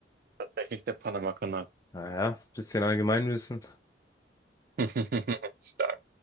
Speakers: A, on the right; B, on the left.
A: Tatsächlich der Panama-Kanal.
B: naja, bisschen Allgemeinwissen.
A: <laughs> Stark.